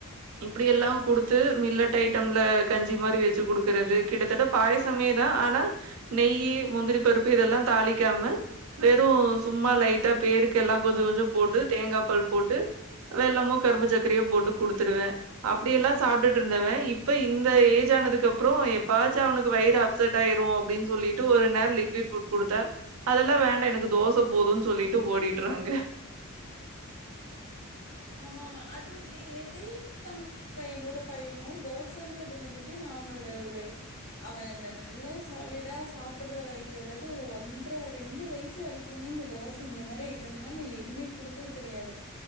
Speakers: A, on the right; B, on the left.
A: இப்டி எல்லாம் குடுத்து மில்லட்டை ம்ல கஞ்சி மாரி வெச்சு குடுக்கறது கிட்டத்தட்ட பாயசமே தா ஆனா நெய்யி முந்திரி பருப்பு இதெல்லா தாளிக்காம வெறும் சும்மா லைட்டா பேருக்கு எல்லாம் கொஞ்ச கொஞ்சம் போட்டு தேங்கா பால் போட்டு வெல்லமோ கரும்பு சக்கரையோ போட்டு குடுத்துடுவ அப்டி எல்லா சாப்ட்டுட் இருந்தவ இப் இப்ப இந்த ஏஜ் ஆனதுக்கு அப்றோ எப்பாச்சும் அவனுக்கு வயறு அப்செட் ஆயிரும் அப்டின் சொல்லிட்டு ஒரு நேரம் லிக்விட் குடுத்த அதெல்லா வேண்டாம் எனக்கு தோச போதும் சொல்லிட்டு ஓடிட்றாங்க
B: ஆமா ஆமா அதுவு இது ஏதேத்தாம் கா என்னோட பையனு தோசன்றது வந்துட்டு ந அவனோட ஒரு அவ இந்த நல்ல சாலிடா சாப்படுற வரைக்கு அதாவது ஒரு ஒன்ற ரெண்டு வயசு வரை க்குமே இந்த தோச இந்த மாரி ஐட்டம் எல்லா நா எதுவுமே குடுத்தது கடையாது